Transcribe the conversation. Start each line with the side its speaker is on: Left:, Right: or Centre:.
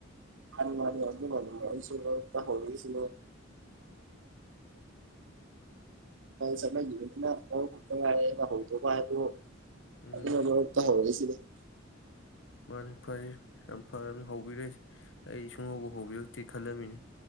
Right: ꯍ ꯃꯥꯅꯤ ꯑꯩꯁꯨ ꯍ ꯍꯥꯏꯁꯨ ꯁ ꯌꯅꯤꯅ ꯍꯧꯣ ꯐ ꯍꯥꯏꯕꯨ
Left: ꯎꯝ
Right: ꯑꯗꯨꯠꯇꯕ ꯁꯤ
Left: ꯃꯥꯅꯤ ꯐꯔꯅꯤ ꯌꯥꯝ ꯐꯔꯅꯤ ꯍꯧꯕꯤꯔꯛꯏꯁꯤ ꯑꯩ ꯁꯨꯡꯍꯧꯕ ꯍꯧꯕꯤꯔꯛꯇꯦ ꯈꯜꯂꯝꯃꯤꯅꯤ